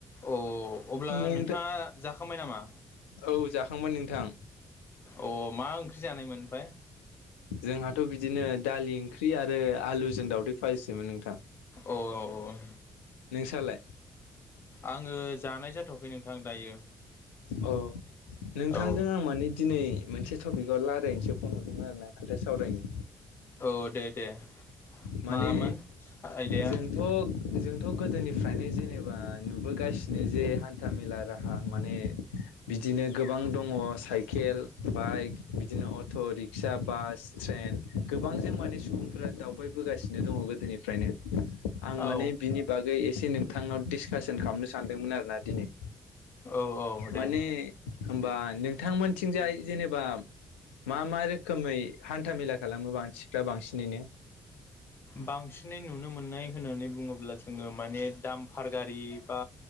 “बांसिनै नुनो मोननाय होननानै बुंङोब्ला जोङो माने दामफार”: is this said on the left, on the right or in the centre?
Left